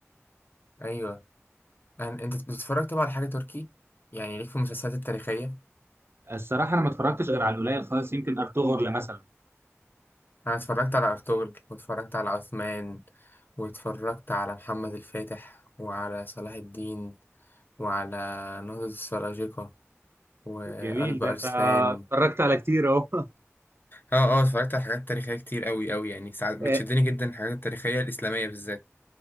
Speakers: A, on the left (about 45°); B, on the right (about 50°).
A: ايوه أنا... انت بتتفرج طبعا على حاجة تركي يعني ليك في المسلسلات التاريخية
B: الصراحه انا ما اتفرجتش غير على القليل خالص يمكن ارطغرل مثلا
A: انا اتفرجت على ارطغرل واتفرجت على عثمان واتفرجت على محمد الفاتح وعلى صلاح الدين وعلى نهضة السلاجقة وقلب
B: جميل ده
A: أرسلان
B: انت اتفرجت على كتير اهو <laughs>
A: اه اه اتفرجت على حاجات تاريخية كتير قوي قوي يعني ساعات بتشدني
B: آه،
A: جدا الحاجات التاريخية الإسلامية بالذات